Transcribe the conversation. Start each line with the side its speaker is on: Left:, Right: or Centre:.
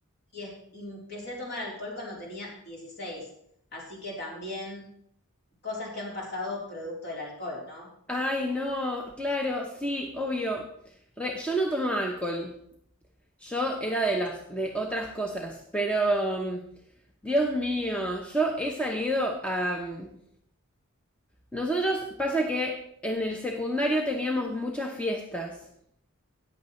Left: y es- y empecé a tomar alcohol cuando tenía 16, así que también cosas que han pasado producto del alcohol, ¿no?
Centre: Ay, no, claro, sí, obvio. Re- yo no tomaba alcohol. Yo era de las, de otras cosas, pero mm, Dios mío, yo he salido a... mm, Nosotros pasa que en el secundario teníamos muchas fiestas.